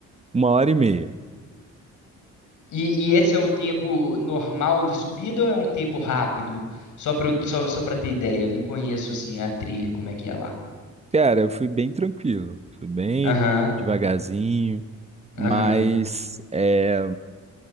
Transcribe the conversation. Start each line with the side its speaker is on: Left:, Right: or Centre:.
Right: uma hora e meia.
Left: E, e esse é o tempo normal de subida ou é um tempo rápido? Só pra, eu- só, só pra ter ideia, eu não conheço, assim, a trilha, como é que é lá.
Right: Cara, eu fui bem tranquilo, fui bem
Left: Aham,
Right: devagarzinho,
Left: aham.
Right: mas, é,